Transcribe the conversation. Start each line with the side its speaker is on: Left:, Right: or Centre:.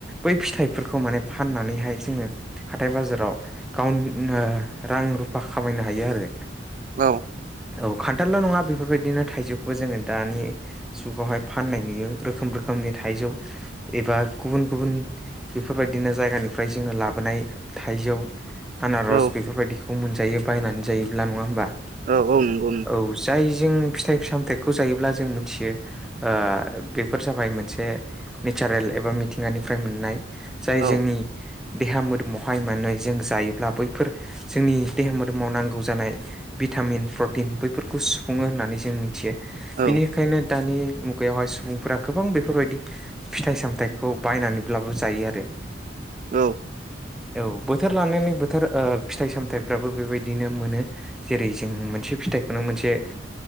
Centre: बै फिथाइफोरखौ माने फाननानैहाय जोङो हाथाय बाजाराव गाव ओ रां रुफा खामायनो हायो आरो
Right: औ
Centre: औ खान्थालल' नङा बेफोरबायदिनो थाइजौखौबो जोङो दानि जुगावहाय फाननाय नुयो रोखोम रोखोमनि थाइजौ एबा गुबुन गुबुन बेफोरबायदिनो जायगानिफ्राय जोङो लाबोनाय थाइजौ आनारस
Right: औ
Centre: बेफोरबायदिखौ मोनजायो बायनानै जायोब्ला नङा होमबा
Right: औ औ नंगौ नोंथां
Centre: औ जाय जों फिथाइ सामथाइखौ जायोब्ला जों मिथियो बेफोर जाबाय मोनसे नेचारेल एबा मिथिंगानिफ्राय मोननाय जाय जोंनि
Right: औ
Centre: देहा मोदोमावहाय माने जों जायोब्ला बैफोर जोंनि देहा मोदोम समाव नांगौ जानाय भिटामिन प्रटिन बैफोरखौ सुफुङो होननानै जों मिथियो बेनि
Right: औ
Centre: ओंखायनो दानि मुगायावहाय सुबुंफोरा गोबां बेफोरबायदि फिथाइ सामथायाइखौ बायनानैब्लाबो जायो आरो
Right: औ
Centre: औ बोथोर लानायानानै बोथोर फिथाइ सामथायाइफ्राबो बेबायदि बिदिनो मोनो जेरै जों मोनसे फिथाइखौनो मोनसे